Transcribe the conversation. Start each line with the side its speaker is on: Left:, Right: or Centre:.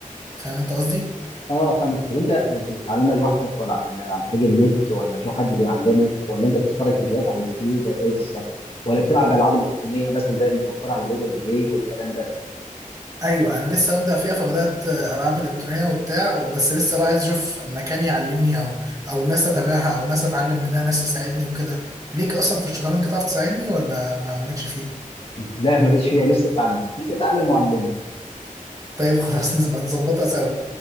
Right: فاهم انت قصدي؟
Left: اه فاهمك طب انت بتتعلمها لوحدك ولا عن, عن طريق النت ولا في حد بيعلمك ولا انت بتتفرج فيديوهات على اليوتيوب ولا ايه بالظبط ولا بتلعب العاب الكترونيه مثلا زي المتوفره على جوجل بلاي والكلام ده
Right: ايوه انا لسه ببدا فيها فبدات العاب الكترونيه وبتاع بس لسه بقى عايز اشوف مكان يعلمني او او ناس اتابعها او ناس اتعلم منها ناس تساعدني وكده ليك اصلا في الشطرنج تعرف تساعدني ولا ما مالكش فيه
Left: لا ماليش فيها نفسي اتعلم انت اتعلم وعلمني
Right: طيب <laughs> خلاص نبقى نظبطها سوا